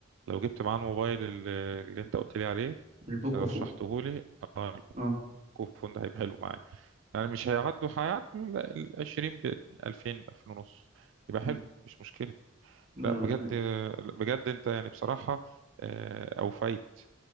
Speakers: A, on the right (about 70°); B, on the right (about 35°).
A: لو جبت معاه الموبايل ال- اللي انت قلت لي عليه
B: البوكو
A: رشحته
B: فون
A: لي اه
B: اه
A: الكوفون ده هيبقى حلو معاه يعني مش هيعدوا هيعدوا ال 20 ب 2000 2000 ونص يبقى
B: مم.
A: حلو مش مشكلة
B: لا
A: لا بجد
B: لا لا
A: آه، بجد انت يعني بصراحة آه، اوفيت